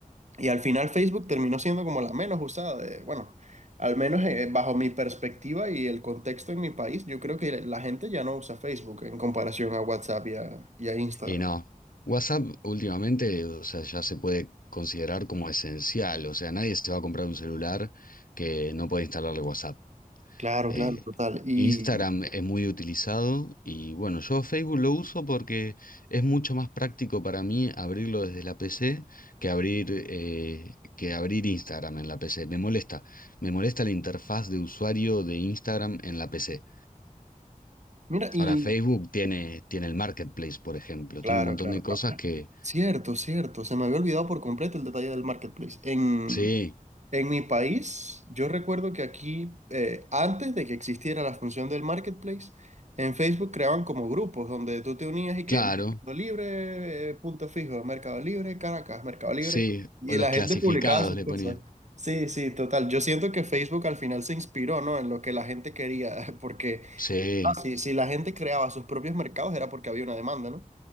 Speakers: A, on the right (about 55°); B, on the left (about 70°).
A: y al final Facebook terminó siendo como la menos usada, de, bueno, al menos eh, bajo mi perspectiva y el contexto en mi país, yo creo que la gente ya no usa Facebook en comparación a WhatsApp y a, y a Instagram.
B: Y no, WhatsApp últimamente, o sea, ya se puede considerar como esencial, o sea, nadie se va a comprar un celular que no puede instalarle WhatsApp.
A: Claro,
B: Eh,
A: claro, total. Y
B: Instagram es muy utilizado y bueno, yo Facebook lo uso porque es mucho más práctico para mí abrirlo desde la PC que abrir, eh, que abrir Instagram en la PC. Me molesta, me molesta la interfaz de usuario de Instagram en la PC.
A: mira, y
B: Ahora, Facebook tiene, tiene el Marketplace, por ejemplo,
A: Claro,
B: tiene un montón
A: claro.
B: de
A: No.
B: cosas que
A: Cierto, cierto. Se me había olvidado por completo el detalle del marketplace. En,
B: Sí,
A: en mi país, yo recuerdo que aquí, eh, antes de que existiera la función del marketplace, en Facebook creaban como grupos donde tú te unías y
B: claro,
A: que Mercado Libre, eh, punto fijo, Mercado Libre, Caracas, Mercado Libre,
B: sí,
A: y
B: o los
A: la
B: clasificados
A: gente publicaba sus
B: le
A: cosas.
B: ponían.
A: Sí, sí, total. Yo siento que Facebook al final se inspiró, ¿no? En lo que la gente quería, <laughs> porque
B: Sí,
A: ah, sí, si la gente creaba sus propios mercados era porque había una demanda, ¿no?